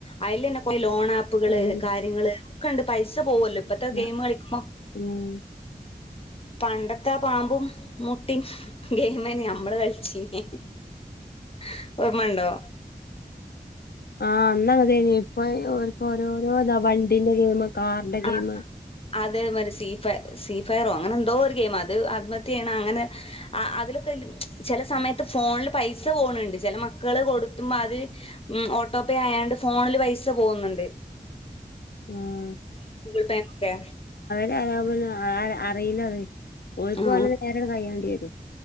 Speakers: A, on the left; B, on the left.
A: അയിലന്നേ <unintelligible> ലോൺ ആപ്പുകള്
B: അതന്നെ
A: കാര്യങ്ങള് ഒ ക്കണ്ട് പൈസ പോവ്വല്ലോ? ഇപ്പത്തെ ഗെയിം
B: ആഹ്
A: കളിക്കുമ്പോ-
B: ഉം
A: പണ്ടത്തെ പാമ്പും മുട്ടിം ഗെയിമെ നമ്മള് കളി <unintelligible> ഓർമണ്ടോ?
B: ആഹ് അന്നതേ ഓ ഓരോരോ ഇതാ വണ്ടിന്റെ ഗെയിം കാറിന്റെ
A: ആ
B: ഗെയിം
A: അതേ മ സീ ഫ സീ ഫയറോ അങ്ങനെ എന്തോ ഒരു ഗെയിംമാ അത് ആത്മഹത്യ ചെയ്യണ അങ്ങനെ ആ അതിലൊക്കെ ചില സമയത്ത് ഫോണില് പൈസ പോണണ്ട് ചില മക്കള് കൊടുത്തുമ്പ അത് ഓട്ടോ പേ ആയാണ്ട് ഫോണില് പൈസ പോകുന്നുണ്ട്-
B: ആ-
A: ഗൂഗിൾ പേ നൊക്കെ-
B: <unintelligible> ന്നെ അറിയില്ല അത് പോയിക്കുവല്ല
A: ആ
B: നേരെണ്ട് കയ്യേണ്ടി വരും